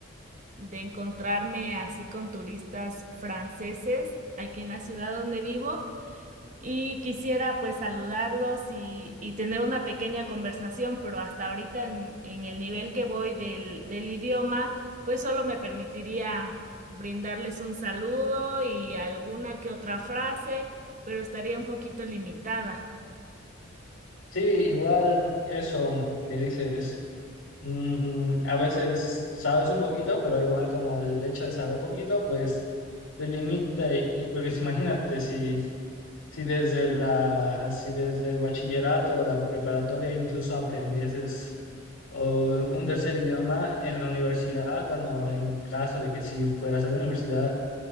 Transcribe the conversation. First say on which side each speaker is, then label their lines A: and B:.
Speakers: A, on the right (about 35°); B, on the left (about 75°).
A: de encontrarme así con turistas franceses aquí en la ciudad donde vivo. Y quisiera pues saludarlos y, y tener una pequeña conversación, pero hasta ahorita en, en el nivel que voy del, del idioma, pues solo me permitiría brindarles un saludo y alguna que otra frase, pero estaría un poquito limitada.
B: Sí, igual eso que dices, mm, a veces sabes un poquito, pero igual como el hecho de saber poquito, pues te limita y, y pues imagínate si... Si desde la, si desde el bachillerato o la preparatoria incluso aprendieses o un tercer idioma en la universidad, bueno, en caso de que si fueras a la universidad,